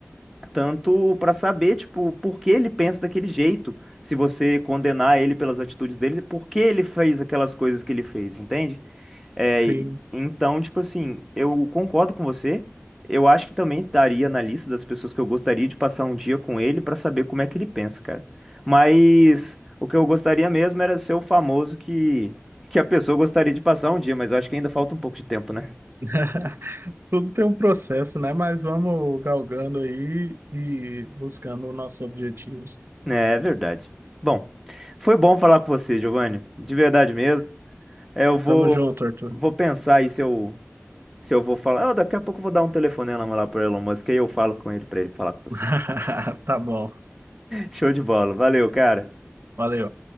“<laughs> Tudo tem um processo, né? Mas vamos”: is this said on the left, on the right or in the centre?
Right